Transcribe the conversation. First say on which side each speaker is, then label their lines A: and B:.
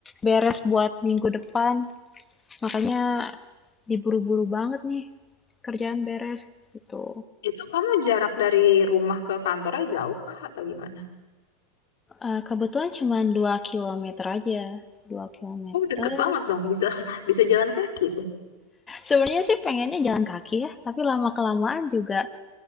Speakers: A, on the left (about 20°); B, on the left (about 65°).
A: beres buat minggu depan. Makanya diburu-buru banget nih kerjaan beres gitu.
B: itu kamu jarak dari rumah ke kantornya jauh kah atau gimana
A: Eh, kebetulan cuma 2 kilometer aja. dua kilometer.
B: oh deket banget dong bisa <laughs> bisa jalan kaki
A: Sebenarnya sih pengennya jalan kaki ya, tapi lama-kelamaan juga